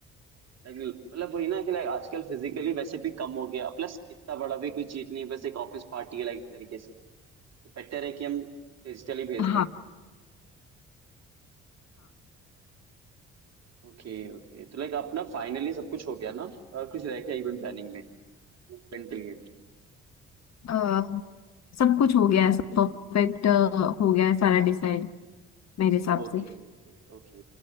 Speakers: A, on the right; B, on the left.
A: Like, मतलब वही ना कि लाइक आजकल फिजिकली वैसे भी कम हो गया प्लस इतना बड़ा भी कोई चीज नहीं है, बस एक ऑफिस पार्टी है लाइक तरीके से तो बेटर है कि हम डिजिटली भेज
B: हाँ
A: दें ओके ओके तो लाइक अपना फाइनली सब कुछ हो गया ना और कुछ रह गया इवेंट प्लानिंग में इवेंट के लिए
B: हाँ सब कुछ हो गया है सब परफेक्ट हो गया है सारा डिसाइड मेरे हिसाब
A: Okay
B: से
A: okay okay